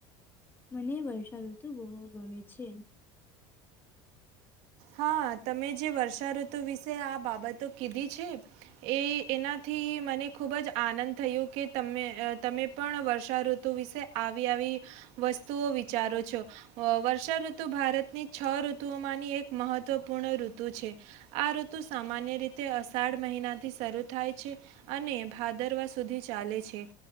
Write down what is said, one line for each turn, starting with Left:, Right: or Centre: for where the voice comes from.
Left: મને વર્ષાઋતુ બવ ગમે છે.
Right: હા, તમે જે વર્ષા ઋતુ વિશે આ બાબતો કીધી છે એ એનાથી મને ખુબ જ આનંદ થયો કે તમે તમે પણ વર્ષા ઋતુ વિશે આવી આવી વસ્તુઓ વિચારો છો. અ વર્ષા ઋતુ ભારતની છ ઋતુઓમાં મહત્ત્વપૂર્ણ ઋતુ છે. આ ઋતુ સામાન્ય રીતે અષાઢ મહિનાથી શરૂ થાય છે અને ભા ભાદરવા સુધી ચાલે છે.